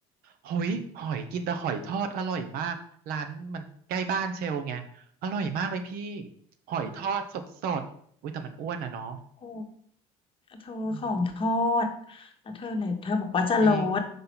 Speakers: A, on the right; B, on the left.
A: หอยหอยกินแต่หอยทอดอร่อยมากร้านมันใกล้บ้านเชลไงอร่อยมากเลยพี่หอยทอดสดๆอุ้ยแต่มันอ้วนอ่ะเนาะ
B: อ่า โอ้เธอของทอด
A: อืม
B: แล้วเธอเนี่ยเธอบอกว่าจะโลด
A: จริง